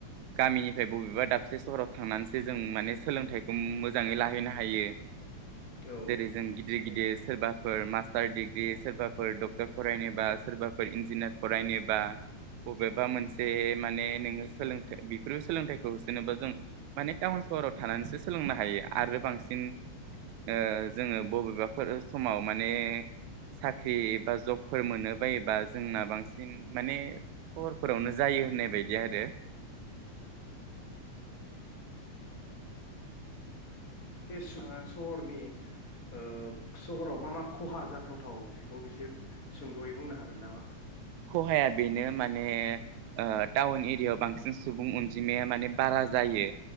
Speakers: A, on the right; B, on the left.
A: गामिनिफ्राय बबेबा दाबसे सहराव थांनानैसो जों माने सोलोंथाइखौ मोजाङै लाहैनो हायो
B: औ
A: जेरै जों गिदिर गिदिर सोरबाफोर मास्टार डिग्रि सोरबाफोर डक्टर फरायनोबा सोरबाफोर इन्जिनियार फरायनोबा बबेबा मोनसे माने नोङो सोलोंथाइ बेफोरो सोलोंथाइखौ जेनेबा जों माने टाउन सहराव थानानैसो सोलोंनो हायो आरो बांसिन ओ जोङो बबेबाफोर समाव माने साख्रि एबा जबफोर मोनो बायोबा जोंना बांसिन माने सहरफोरावनो जायो होननाय बायदि आरो
B: एस ओ सहरनि ओ सहराव मा मा खहा जाथावथाव बेखौ एसे सुंद'यै बुंनो हागोन नामा
A: खहाया बेनो माने ओ टाउन एरियायाव बांसिन सुबुं अनजिमाया माने बारा जायो